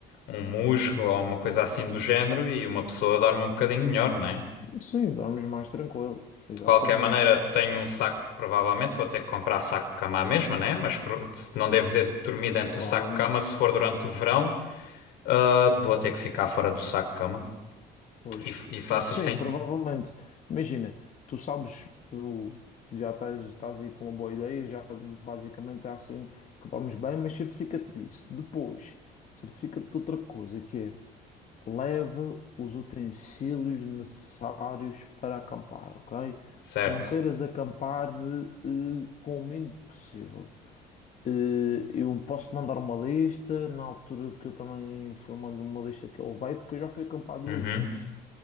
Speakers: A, on the left; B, on the left.
A: um musgo ou uma coisa assim do género e uma pessoa dorme um bocadinho melhor, né?
B: sim, dormes mais tranquilo. Exatamente.
A: De qualquer maneira, tenho um saco, provavelmente vou ter que comprar saco de cama à mesma, né? Mas pro- se- não devo ter dormir dentro
B: Provavelmente.
A: do saco de cama se for durante o verão. Ah, vou ter que ficar fora do saco cama.
B: Pois.
A: E, e faço
B: Sim,
A: assim,
B: provavelmente. Imagina, tu sabes, tu já estás, estás aí com uma boa ideia, já basicamente é assim que dormes bem, mas certifica-te disso. Depois, certifica-te de outra coisa, que é leva os utensílios necessários para acampar, ok?
A: certo?
B: Não queiras acampar eh, com o mínimo possível. Eh, Eu posso mandar uma lista, na altura que eu também fui mandando uma lista que ele veio, porque eu já fui acampar duas
A: Uhum.
B: vezes.